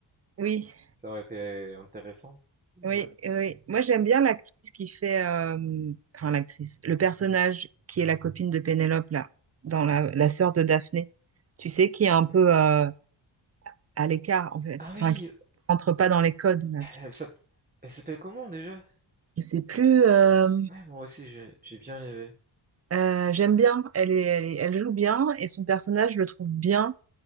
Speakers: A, on the right; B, on the right.
A: Oui.
B: Ça aurait été intéressant.
A: Oui,
B: Ouais.
A: oui. Moi, j'aime bien l'actrice qui fait, euh, enfin l'actrice, le personnage qui est la copine de Pénélope là, dans la, la sœur de Daphné. Tu sais qui est un peu euh, à l'écart en fait,
B: Ah
A: enfin
B: oui,
A: qui rentre pas dans les codes là-dessus.
B: elle s'appelle elle s'appelle comment déjà?
A: Je sais plus. euh,
B: Ouais, moi aussi j'ai j'ai bien aimé.
A: euh, j'aime bien. Elle est, elle est- elle joue bien et son personnage je le trouve bien.